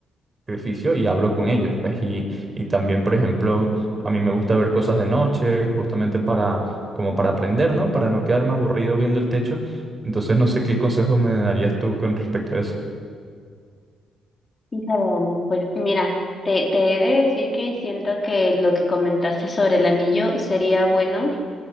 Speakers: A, on the right; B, on the left.
A: sacrificio y hablo con ellos, pues, y, y también, por ejemplo, a mí me gusta ver cosas de noche, justamente para, como para aprender, ¿no? Para no quedarme aburrido viendo el techo. Entonces, no sé qué consejos me darías tú con respecto a eso.
B: hija de Dani. Pues mira, te, te he de decir que siento que lo que comentaste sobre el anillo sería bueno,